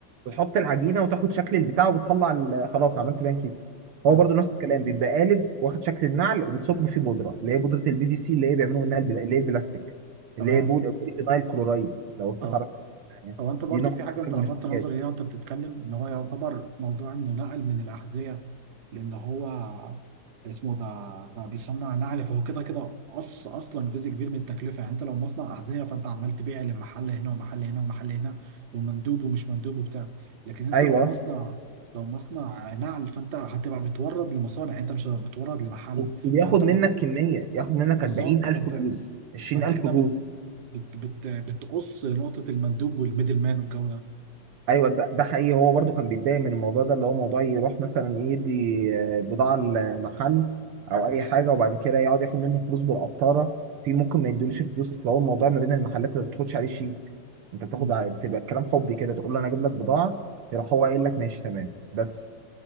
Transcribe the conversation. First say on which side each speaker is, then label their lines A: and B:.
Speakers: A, on the right (about 80°); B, on the right (about 60°).
A: بتحط العجينه وتاخد شكل البتاع وبتطلع ال- خلاص عملت بان كيكس هو
B: مم.
A: برضو نفس الكلام بيبقى قالب واخد شكل النعل وبتصب فيه بودره اللي هي بودره البي في سي اللي هي بيعملوا منها البلا- اللي هي البلاستيك
B: تمام
A: اللي هي بود- بوليفينايل كلورايد لو انت
B: اه
A: تعرف تسمع يعني
B: هو أنت برضو
A: دي نوع
B: في
A: من
B: حاجة
A: أنواع
B: أنت لفتت
A: البلاستيكات
B: نظري ليها وأنت بتتكلم إن هو يعتبر موضوع إنه نقل من الأحذية لان هو اسمه ده بقى بيصنع نعل فهو كده كده قص اصلا جزء كبير من التكلفه يعني انت لو مصنع احذيه فانت عمال تبيع لمحل هنا ومحل هنا ومحل هنا ومندوب ومش مندوب وبتاع لكن انت
A: ايوه
B: لو مصنع لو مصنع نعل فانت هتبقى بتورد لمصانع يعني انت مش هتبقى بتورد لمحل
A: وبياخد
B: فانت
A: منك
B: بت...
A: كميه ياخد منك
B: بالظبط
A: 40000
B: فانت
A: جوز 20000
B: فانت كده
A: جوز
B: بت... بت... بت... بتقص نقطه المندوب والميدل مان والجو ده
A: ايوه ده ده حقيقي هو برضو كان بيتضايق من الموضوع ده اللي هو موضوع يروح مثلا يدي آه، بضاعه لمحل او اي حاجه وبعد كده يقعد ياخد منه فلوس بالقطاره في ممكن ما يدوليش الفلوس اصل هو الموضوع ما بين المحلات ما بتاخدش عليه شيك انت بتاخد
B: مم.
A: على بتبقى الكلام حبي كده تقول له انا اجيب لك بضاعه يروح هو قايل لك ماشي تمام بس